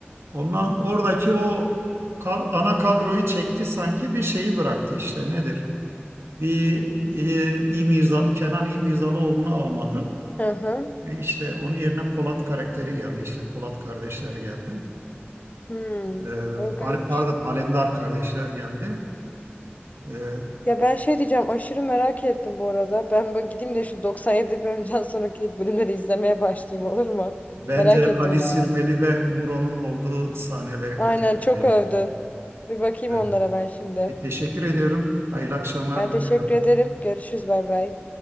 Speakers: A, on the right; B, on the left.
A: Ondan oradaki o kad- ana kadroyu çekti sanki bir şeyi bıraktı işte nedir? Bir e, İmirza, Kenan İmirzalıoğlu'nu almadı.
B: Hı hı.
A: Ve işte onun yerine Polat karakteri geldi. işte Polat kardeşler geldi.
B: Hmm.
A: Ee,
B: O garip
A: Ale- pardon Alemdar kardeşler geldi. Ee,
B: Ya ben şey diyeceğim aşırı merak ettim bu arada. Ben böyle gideyim de şu 97 bölümden sonraki bölümleri izlemeye başlayayım olur mu?
A: bence
B: Merak
A: Ali
B: ettim
A: Sirmeli
B: bu.
A: ve Muro'nun olduğu sahneleri
B: Aynen
A: kaçırdı
B: çok
A: yani.
B: övdün. Bir bakayım
A: Evet.
B: onlara ben şimdi.
A: E, teşekkür ediyorum. Hayırlı akşamlar
B: Ben teşekkür
A: diliyorum.
B: ederim. Görüşürüz bay bay.